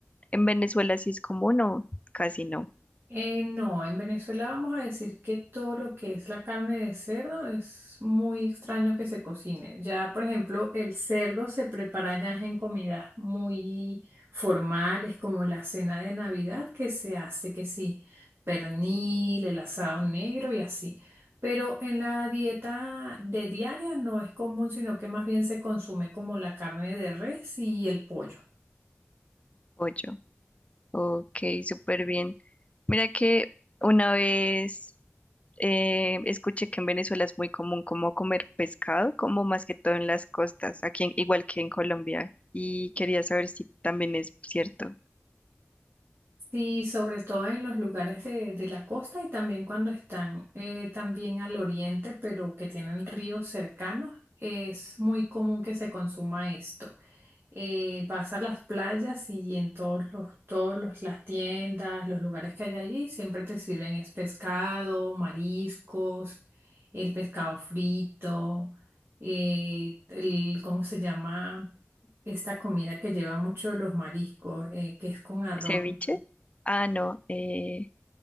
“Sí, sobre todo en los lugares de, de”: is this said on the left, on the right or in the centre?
Right